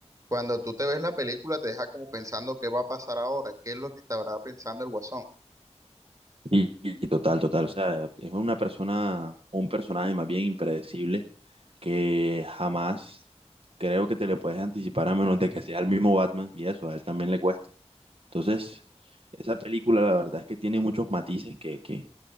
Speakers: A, on the right (about 30°); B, on the right (about 55°).
A: Cuando tú te ves la película, te deja como pensando qué va a pasar ahora, qué es lo que estará pensando el Guasón.
B: Y, y total, total. O sea, es una persona, un personaje más bien impredecible que jamás creo que te le puedes anticipar a menos de que sea el mismo Batman y eso, a él también le cuesta. Entonces, esa película la verdad es que tiene muchos matices que, que,